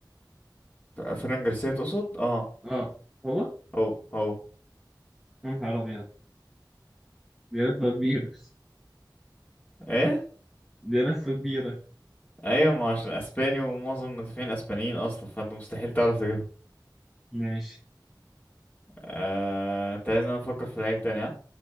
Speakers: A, on the left; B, in the centre.
A: ف- فران جارسيا تقصد اه
B: اه هو
A: هو هو
B: يا نهار ابيض دي لفه كبيره
A: ايه
B: دي لفه كبيره
A: ايوه ما عشان اسباني ومعظم المدافعين اسبانيين اصلا فانت مستحيل تعرف تجيبها
B: ماشي
A: آه... انت لازم افكر في لعيب تاني ها